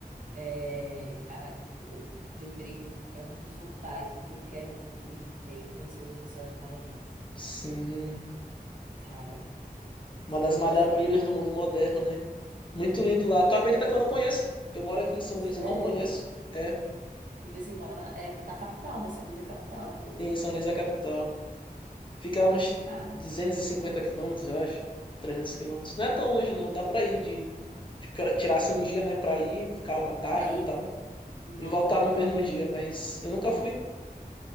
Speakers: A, on the right; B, on the left.
A: é, cara, eu lembrei que eu- é um dos locais que eu quero muito ir, que é ir conhecer os Lençóis Maranhenses.
B: sim.
A: Cara, juro
B: Uma das
A: a
B: maravilhas
A: você.
B: do mundo moderno, né? Muito
A: Uhum.
B: lindo lá. Tu acredita que eu não conheço? Eu moro aqui em São
A: Sério?
B: Luís e não conheço. É,
A: E você mora na- é, na capital, né? São Luís é capital, né? daí?
B: sim, São Luís é a capital. Fica a uns
A: Cara,
B: 250 quilômetros, eu acho. trezentos quilômetros. Não é tão longe, não. Dá pra ir de. Tipo, se um dia, né, pra ir, ficar uma tarde
A: pra ir
B: e tal.
A: e voltar,
B: E voltar no
A: né?
B: mesmo dia. Mas eu nunca fui.